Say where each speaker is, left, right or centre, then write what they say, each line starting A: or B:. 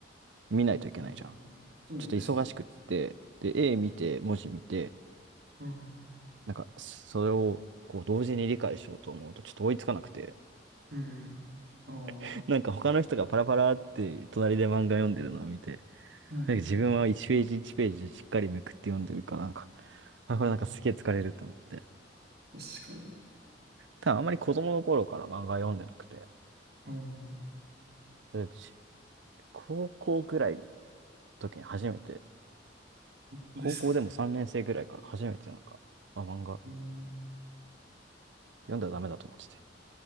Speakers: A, on the right; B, on the right.
A: 見ないといけないじゃん。
B: うんそうです。
A: ちょっと忙しくって、で、絵見て、文字見て、
B: うん。
A: なんか、それを、こう、同時に理解しようと思うと、ちょっと追いつかなくて、
B: うん。ああ、
A: <laughs>
B: は
A: なんか、他の人がパラパラって、隣で漫画読んでるのを見て、
B: い。
A: なんか、自分は1ページ1ページしっかりめくって読んでるから、なんか、あ、
B: ああ、
A: これなんかすげえ疲れると思って。
B: 確かに。
A: ただあんまり子供の頃から漫画読んでなくて、
B: ああ、本
A: うち高校ぐらいの時に初めて、
B: 当ですか。
A: 高校でも3年生ぐらいから初めてなんか、あ、漫画
B: えー、
A: 読んだらダメだと思ってて。